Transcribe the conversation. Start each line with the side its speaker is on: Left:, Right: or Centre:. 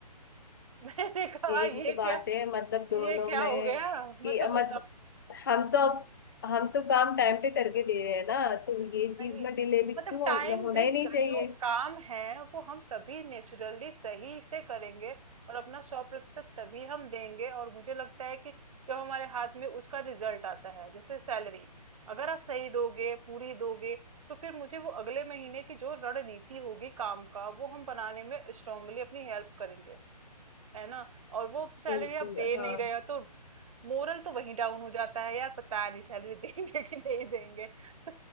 Right: <laughs> मैंने कहा
Left: यही
Right: ये
Left: तो बात
Right: क्या
Left: है मतलब दोनों
Right: ये क्या
Left: में
Right: हो गया
Left: कि
Right: मतलब
Left: मत
Right: बताओ।
Left: हम तो हम तो काम टाइम पे करके दे रहे हैं ना तो ये चीज
Right: नहीं
Left: में डिले भी
Right: मतलब
Left: क्यों हो-
Right: टाइम
Left: होना
Right: भी
Left: ही नहीं
Right: क-
Left: चाहिए
Right: जो काम है वो हम तभी नेचुरली सही से करेंगे और अपना सौ प्रतिशत तभी हम देंगे और मुझे लगता है कि जब हमारे हाथ में उसका रिजल्ट आता है जैसे सैलरी अगर आप सही दोगे पूरी दोगे तो फिर मुझे वो अगले महीने की जो रणनीति होगी काम का वो हम बनाने में स्ट्रांगली अपनी हेल्प करेंगे है ना और वो सैलरी
Left: बिल्कुल
Right: आप दे नहीं
Left: हाँ
Right: रहे हो तो मोरल तो वहीं डाउन हो जाता है यार पता नहीं सैलरी <laughs> देंगे कि नहीं देंगे <laughs>